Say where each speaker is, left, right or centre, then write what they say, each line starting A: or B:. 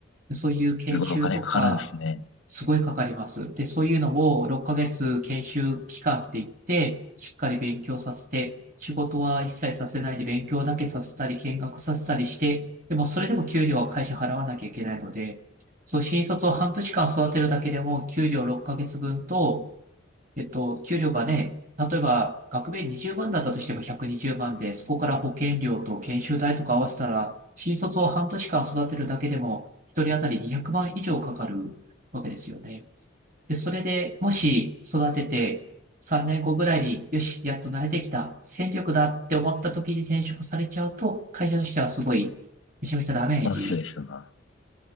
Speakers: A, on the right; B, on the left.
A: そういう研修とか、
B: すごいお金かかるんですね。
A: すごいかかります。で、そういうのを6ヶ月研修期間って言って、しっかり勉強させて、仕事は一切させないで勉強だけさせたり、見学させたりして、でもそれでも給料は会社払わなきゃいけないので、そう、新卒を半年間育てるだけでも、給料6ヶ月分と、えっと、給料がね、例えば学米20万だったとしても120万で、そこから保険料と研修代とか合わせたら、新卒を半年間育てるだけでも、一人当たり200万以上かかるわけですよね。で、それでもし育てて3年後ぐらいに、よし、やっと慣れてきた、戦力だって思った時に転職されちゃうと、会社としてはすごい、めちゃめちゃダメージ
B: 損失ですよな。